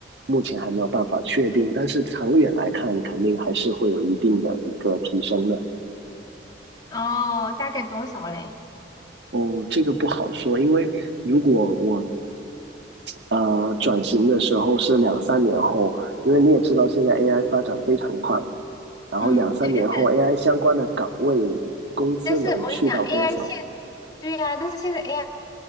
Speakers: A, on the right (about 60°); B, on the left (about 20°).
A: 目前还没有办法确定，但是长远来看，肯定还是会有一定的一个提升的。
B: <laughs> 哦，大概多少嘞？
A: 哦，这个不好说，因为如果我呃转型的时候是两三年后，因为你也知道现在 AI 发展非常快，然后两三年后
B: 嗯，对，但
A: AI 相关的岗位工资能去到多少？
B: 但是我跟你讲，AI 现，对呀、但是现在 AI。